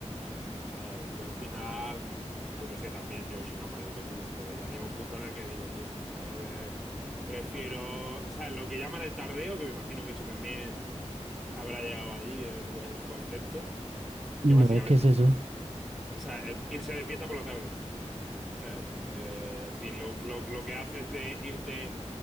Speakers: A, in the centre; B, on the right.
A: o sea, yo al final, yo que sé, también yo soy más mayor que tú, ¿no? Pero ya llega un punto en el que digo, tío, o sea, eh, prefiero, o sea, lo que llaman el tardeo, que me imagino que eso también <laughs> habrá llegado ahí, el, el concepto,
B: No,
A: que básicamente,
B: ¿qué es eso?
A: o sea, el- irse de fiesta por la tarde. ¿sabes? Eh, sí, lo, lo, lo que haces de irte,